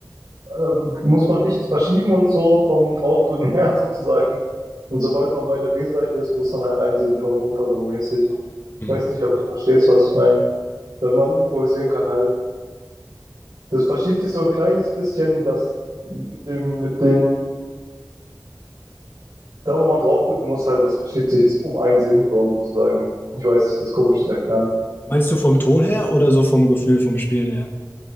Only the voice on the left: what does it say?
Hm.
Meinst du vom Ton her oder so vom Gefühl, vom Spielen her?